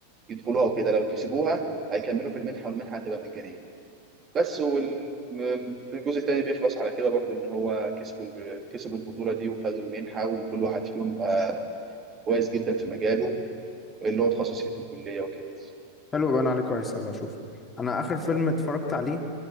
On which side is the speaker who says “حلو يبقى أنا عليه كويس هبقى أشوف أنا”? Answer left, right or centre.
Left